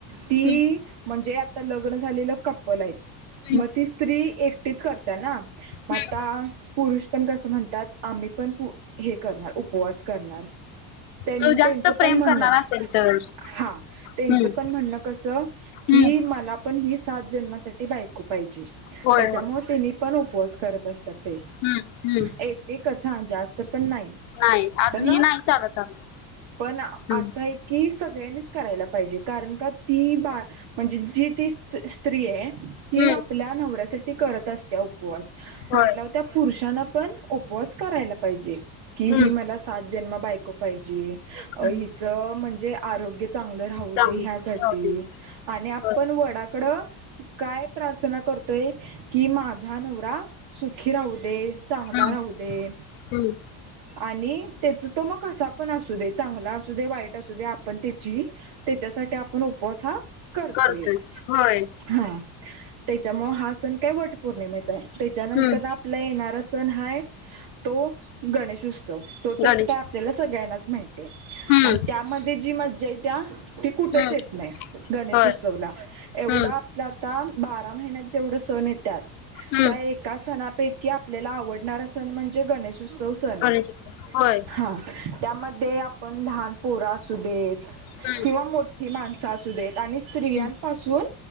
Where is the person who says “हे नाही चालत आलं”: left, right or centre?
Left